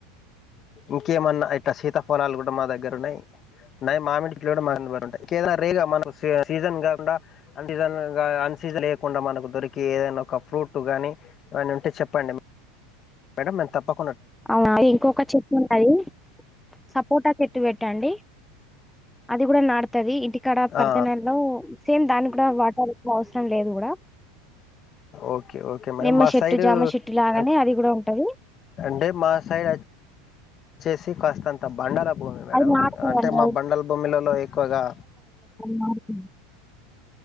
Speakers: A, on the left; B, in the centre.
A: ఇంకేమన్నా ఇట్లా శీతాఫలాలు కూడా మా దగ్గరున్నాయి నయి మామిడి కూడా మంటయి ఏద రేగా మన సీజ సీజన్ కాకుండా అన్ సీజన్ అన్ సీజన్ లేయకుండా మనకు దొరికి ఏదైనా ఒక ఫ్రూట్ టు గాని అవని ఉంటే చెప్పండి మేడం నేను తప్పకు
B: అవునా ఇంకొక చెట్టు ఉంటది సపోటా చెట్టు పెట్టండి అది కూడా నాడుతది ఇంటికాడ పరిద
A: ఆ
B: నెలలో సేమ్ దానికి కూడా వాటర్ ఎక్కువ అవసరం లేదు కూడా
A: ఓకే ఓకే మేడం
B: నిమ్మ
A: మా
B: చెట్టు
A: సైడు
B: జామ చెట్టు లాగానే
A: అన్
B: అది కూడా ఉంటది
A: అంటే మా సైడ్ అ వచ్చేసి కాస్త అంత బండల భూమి మేడం
B: అది నాటుతదండి
A: అంటే మా బండల భూమిలలో ఎక్కువగా
B: నార్కిన్